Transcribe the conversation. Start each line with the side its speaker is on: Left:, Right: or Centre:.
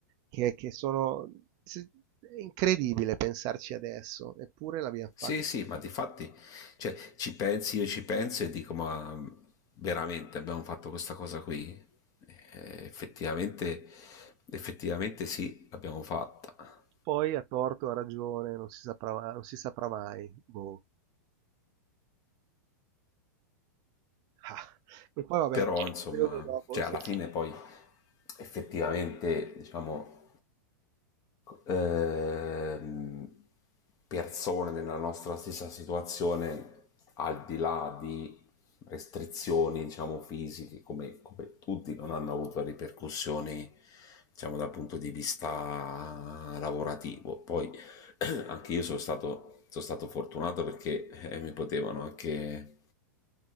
Right: che, che sono se- è incredibile pensarci adesso, eppure l'abbiamo
Left: Sì,
Right: fatto.
Left: sì, ma difatti, cioè, ci pensi, io ci penso e dico, ma veramente abbiamo fatto questa cosa qui? Eh, effettivamente, effettivamente sì, l'abbiamo fatta.
Right: Poi a torto, a ragione, non si saprà, non si saprà mai. Boh. Ah, e poi vabbè,
Left: Però,
Right: tutto
Left: insomma,
Right: il periodo dopo,
Left: cioè
Right: sì.
Left: alla fine poi effettivamente, diciamo, ehm, persone nella nostra stessa situazione, al di là di restrizioni, diciamo, fisiche, come, come tutti, non hanno avuto ripercussioni, diciamo, dal punto di vista lavorativo. Poi <clears throat> anche io sono stato, sono stato fortunato perché eh, mi potevano anche